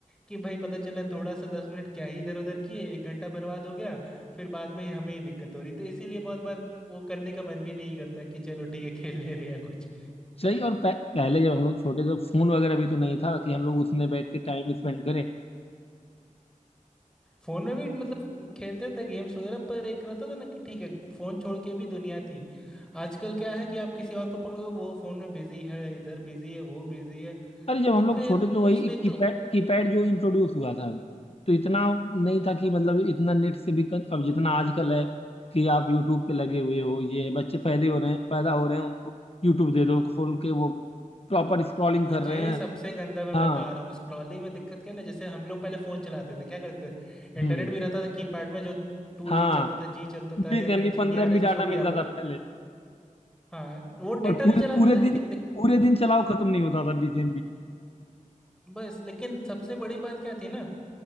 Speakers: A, in the centre; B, on the left (about 45°).
A: कि भाई पता चला थोड़ा सा दस मिनट क्या ही इधर उधर किए एक घंटा बर्बाद हो गया फिर बाद में ही हमें ही दिक्कत हो रही तो इसीलिए बहुत बार वो करने का मन भी नहीं करता कि चलो ठीक है खेल ले रहे या कुछ
B: सही और पह, पहले जब हम लोग छोटे थे फोन वगैरह भी तो नहीं था कि हम लोग उसमें बैठ के टाइम स्पेंड करें
A: फोन में भी मतलब खेलते थे गेम्स वगैरह पर एक रहता था ना कि ठीक है फोन छोड़ के भी दुनिया थी आजकल क्या है कि आप किसी और को पकड़ो वो फोन में बिजी है इधर बिजी है वो बिजी है
B: अरे जब हम
A: तो
B: लोग
A: फिर
B: छोटे थे तो
A: कुछ
B: वही
A: नहीं तो
B: कीपैड कीपैड जो इंट्रोड्यूस हुआ था अभी तो इतना नहीं था कि मतलब इतना नेट से भी कन, अब जितना आजकल है कि आप यूट्यूब पे लगे हुए हो ये बच्चे पैदे हो रहे हैं पैदा हो रहे हैं उनको यूट्यूब दे दो खोल के वो प्रॉपर स्क्रॉलिंग
A: मुझे
B: कर रहे हैं
A: सबसे गंदा मैं
B: हाँ
A: बता रहा हूँ स्क्रॉलिंग में दिक्कत क्या है ना जैसे हम लोग पहले फ़ोन चलाते थे क्या करते थे
B: हम्म
A: इंटरनेट भी रहता था कीपैड में जो टू
B: हाँ
A: जी चलता था जी चलता था
B: बीस
A: या फिर
B: एम बी
A: जी पी
B: पंद्रह
A: आर
B: एम
A: एस
B: बी डाटा
A: जो भी
B: मिल
A: आप
B: जाता
A: बोलते
B: पहले
A: हाँ वो डेटा
B: और पूरे
A: भी चलाते
B: पूरे
A: थे लेकिन
B: दिन
A: दिक-
B: पूरे दिन चलाओ खत्म नहीं होता था बीस एम बी
A: बस लेकिन सबसे बड़ी बात क्या थी ना